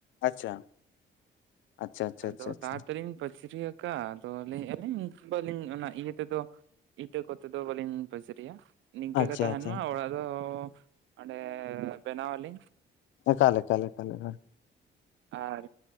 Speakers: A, on the left (about 75°); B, on the right (about 75°).
A: ᱟᱪᱪᱷᱟ᱾ ᱟᱪᱪᱷᱟ ᱟᱪᱪᱷᱟ
B: ᱟᱫᱚ
A: ᱟᱪᱪᱷᱟ ᱟᱪᱪᱷᱟ
B: ᱛᱟᱨ ᱛᱮᱞᱤᱧ ᱯᱟᱹᱪᱨᱤ ᱟᱠᱟᱫ ᱟᱫᱚ ᱞᱤᱧ ᱵᱟᱞᱤᱧ ᱚᱱᱟ ᱤᱭᱟᱹ ᱛᱮᱫᱚ ᱤᱴᱟᱹ ᱠᱚᱛᱮ ᱫᱚ ᱵᱟᱹᱞᱤᱧ ᱯᱟᱪᱨᱤᱭᱟ ᱾ ᱱᱤᱝᱠᱟᱹ
A: ᱟᱪᱪᱷᱟ
B: ᱜᱮ ᱛᱟᱦᱮᱱ
A: ᱟᱪᱪᱷᱟ
B: ᱢᱟ ᱚᱲᱟᱜ ᱫᱚ ᱚᱸᱰᱮ ᱵᱮᱱᱟᱣ ᱟᱹᱞᱤᱧ ᱾
A: ᱮᱠᱟᱞ-ᱮᱠᱟᱞ ᱮᱠᱟᱞ ᱾
B: ᱟᱨ